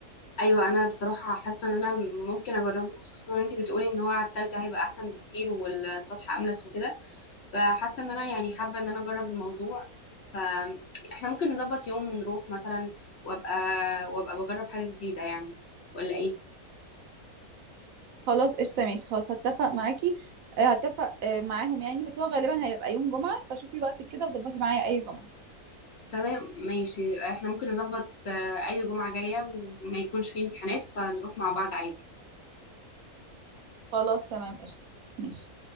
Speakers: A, on the left; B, on the right.
A: ايوه انا بصراحه حاسه ان انا ممكن اجربه خصوصا ان انت بتقولي ان هو على التلج هيبقى احسن بكتير والسطح املس وكده فحاسه ان انا يعني حابه ان انا اجرب الموضوع فاحنا ممكن نظبط يوم ونروح مثلا وابقى وابقى بجرب حاجه جديده يعني ولا ايه
B: خلاص قشطة ماشي خلاص هتفق معاكي آه، هتفق آه، معاهم يعني بس هو غالبا هيبقى يوم جمعة فشوفي وقتك كده وظبطي معايا أي جمعة
A: تمام ماشي احنا ممكن نظبط آه، اي جمعه جايه وما يكونش فيه امتحانات فنروح مع بعض عادي
B: خلاص تمام قشطة ماشي